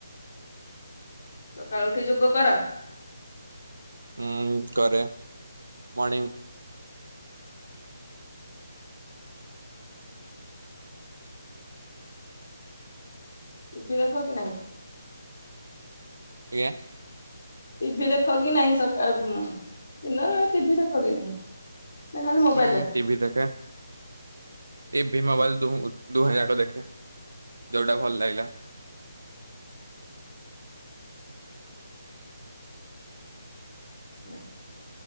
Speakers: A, on the left (about 45°); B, on the right (about 85°).
A: ସକାଳୁ ଉଠି ଯୋଗ କର?
B: ହୁଁ କରେ ମର୍ଣିଂ
A: ଟି ଭି ଦେଖ କି ନାହିଁ?
B: ଆଜ୍ଞା
A: ଟି ଭି ଦେଖ କିି ନାହିଁ ସକାଳେ ଦିନ ଟି ଭି ଦେଖ କିି ନାହିଁ। ନା ଖାଲି ମୋବାଇଲ
B: ହୁଁ
A: ଦେଖ?
B: ଟି ଭି ଦେଖେ। ଟି ଭି ମୋବାଇଲ ଦୁ-ଦୁହେଁ ଜାକ ଦେଖେ ଯୋଉଟା ଭଲ ଲାଗିଲା।
A: ହ